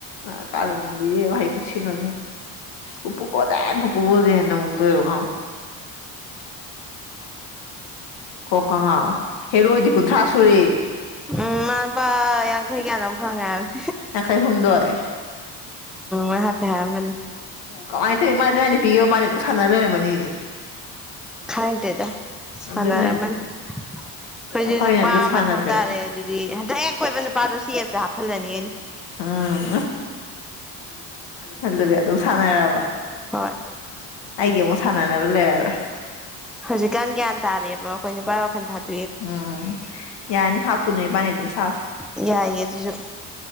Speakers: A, on the left; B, in the centre.
A: ꯑ ꯀꯗꯤꯦꯥꯏ ꯈꯨꯁꯤ ꯀ ꯎꯄ ꯄꯣꯗꯅ ꯄꯨꯄꯨꯕꯨꯣꯗꯦꯟꯅ ꯑꯃꯨꯛꯇꯛꯇ ꯀꯣꯀꯉꯥꯎ ꯍꯦꯔꯣꯏ ꯑꯣꯏꯗꯤ ꯀꯨꯟꯊ꯭ꯔꯥ ꯁꯨꯔꯦ
B: ꯎꯝ ꯃꯥ ꯂꯨꯄꯥ ꯌꯥꯡꯈꯩ ꯀꯌꯥꯅꯣꯝ ꯐꯪꯉꯦ ꯍꯥꯏꯕꯅꯤ
A: ꯌꯥꯡꯈꯩ ꯍꯨꯝꯗꯣꯏ
B: ꯎꯝ ꯍꯥꯐꯦ ꯍꯥꯏꯔꯝꯒꯅꯤ
A: ꯀꯃꯥꯏꯅ ꯇꯧꯔꯤ ꯃꯥꯗꯤ ꯃꯥꯥꯏꯅ ꯄꯤꯌꯣ ꯃꯥꯅ ꯑꯗꯨꯝ ꯁꯥꯟꯅꯅ ꯂꯩꯔꯝꯃꯅꯤ
B: ꯈꯪꯗꯦꯗ ꯁꯥꯟꯅꯔꯝꯃꯅꯤ
A: ꯑꯗꯨꯅꯅꯦ
B: ꯑꯩꯈꯣꯏꯁꯨ
A: ꯑꯩꯈꯣꯏꯅ
B: ꯅꯨꯄꯥ
A: ꯑꯗꯨ ꯁꯥꯟꯅꯗ꯭ꯔꯦ
B: ꯃꯊꯧ ꯇꯥꯔꯦ ꯑꯗꯨꯗꯤ ꯍꯟꯗꯛ ꯀꯣꯏꯕ ꯅꯨꯄꯥꯗꯣ ꯁꯤꯦꯞꯁꯦ ꯍꯥꯞꯍꯜꯂꯅꯤꯅꯦ
A: ꯎꯝ ꯑ ꯑꯗꯨꯒꯤ ꯑꯗꯨꯝ ꯁꯥꯟꯅꯔꯕ
B: ꯍꯣꯏ
A: ꯑꯩꯒꯤ ꯑꯃꯨꯛ ꯁꯥꯟꯅꯅꯕ ꯂꯩꯔꯔꯣꯏ
B: ꯍꯧꯖꯤꯛꯀꯥꯟ ꯒ꯭ꯌꯥꯟ ꯇꯥꯔꯦꯕ ꯑꯩꯈꯣꯏ ꯅꯨꯄꯥ ꯋꯥꯈ ꯊꯥꯦ
A: ꯎꯝ ꯌꯥꯅꯤ ꯍꯥꯞꯄꯨ ꯅꯨꯣꯏꯕꯥꯅꯤ ꯑꯗꯨꯝ ꯁꯥꯁꯤ
B: ꯌꯥꯏꯌꯦ ꯑꯗꯨꯁꯨ